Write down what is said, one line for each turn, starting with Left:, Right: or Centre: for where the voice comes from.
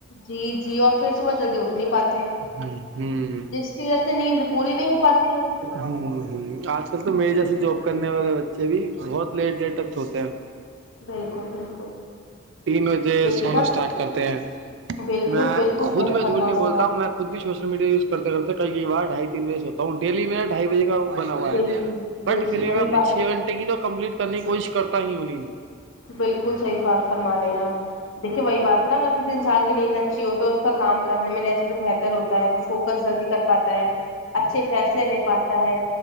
Left: جی جی اور پھر صبح جلدی اٹھ نہیں پاتے جی
Right: ہ
Left: جس کی وجہ سے نیند <unintelligible> پاتی ہے
Right: ہ ہ آج کل تو جواب کرنے والے بچے بھی بہت لیٹ دٹ تک تو ہوتے ہیں
Left: بالکل بالکل
Right: تین بجے
Left: دیکھیے
Right: سونا
Left: نا
Right: اسٹارٹ کرتے ہیں
Left: بالکل
Right: میں
Left: بالکل
Right: خود
Left: صحیح
Right: میں
Left: فرما
Right: جھوٹ نہیں
Left: رہے
Right: بولتا
Left: ہیں آپ
Right: ہوں میں خود بھی سوشل میڈیا یز کرتے رہتا ہوں کہیں کئی بار ڈھائی تین بجے سوتا ہوں ڈیلی میرا ڈھائی بجے کا بنا ہوا
Left: بالکل
Right: ہے بٹ
Left: دیکھیے
Right: پھر بھی
Left: وہی
Right: میں اپنی
Left: بات
Right: چھ
Left: ہے
Right: گھنٹے کی نیند کو کمپلیٹ کرنے کی کوشش کرتا ہی انہیں
Left: بالکل صحیح بات فرما رہے ہیں آپ دیکھیے وہی بات ہے نا اگر کسی انسان کی نیند اچھی ہو تو جیسے کام کرنے میں جیسے تو بہتر ہوتا ہے وہ فوکس جلدی کر پاتا ہے اور اچھے فیصلے لے پاتا ہے